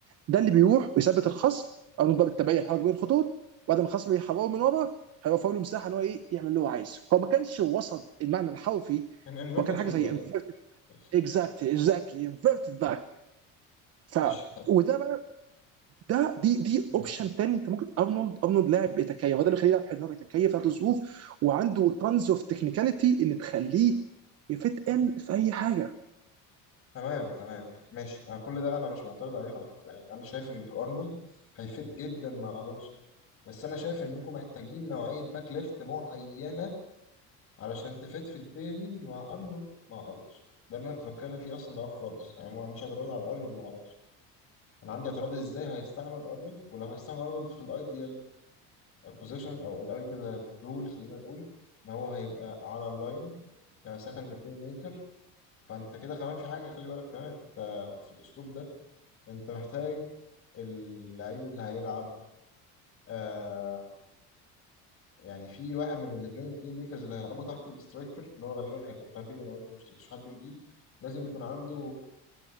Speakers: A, on the right (about 45°); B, on the left (about 40°).
A: ده اللي بيروح ويثبت الخصم ارنولد بقى بالتبعيه يتحرك بين الخطوط بعد ما الخصم يحرره من ورا هيوفر له مساحه ان هو ايه يعمل اللي هو عايزه هو ما كانش وسط المعنى الحرفي
B: كان انفيرتد
A: وكان حاجه
B: فول
A: زي
B: باك
A: انفيرتد
B: ماشي
A: اكزاكتلي اكزاكتلي انفيرتد باك ف
B: ماشي طيب
A: وده بقى ده دي دي
B: مم.
A: اوبشن تاني انت ممكن ارنولد ارنولد لاعب بيتكيف هذا اللي يخليه لاعب حلو هو بيتكيف ذات الظروف وعنده تانز اوف تكنيكاليتي اللي تخليه يفت ان في اي حاجه
B: تمام تمام ماشي أنا كل ده انا مش معترض عليك على فكره يعني انا شايف ان ارنولد هيفيد جدا مع الونسو بس انا شايف انكم محتاجين نوعيه باك ليفت معينه علشان تفيد في البيرنج مع ارنولد مع الونسو ده اللي انا كنت بتكلم فيه اصلا من الاول خالص انا ما عنديش اعتراض على ارنولد مع الونسو انا عندي اعتراض ازاي هيستعمل ارنولد ولو هيستعمل ارنولد في الايديال بوزيشن او الايديال رول خلينا نقول ان هو هيبقى على اللاين كسكندري بلاي ميكر فانت كده كمان في حاجه خلي بالك كمان انت في الاسلوب ده انت محتاج اللعيب اللي هيلعب آه، يعني في واحد من الاثنين البلاي ميكرز اللي هيلعبوا تحت الاسترايكر اللي هو غالبا هيبقى مبابي لو انت ما اشتريتش حد جديد لازم يكون عنده